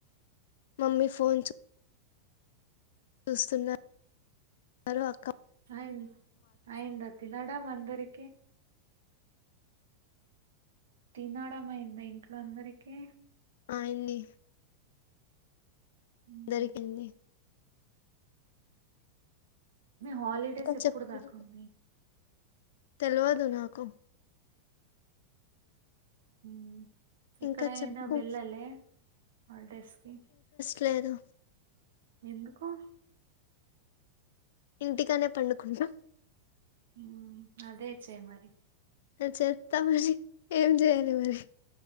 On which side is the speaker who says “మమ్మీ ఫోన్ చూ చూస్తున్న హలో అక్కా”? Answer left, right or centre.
Left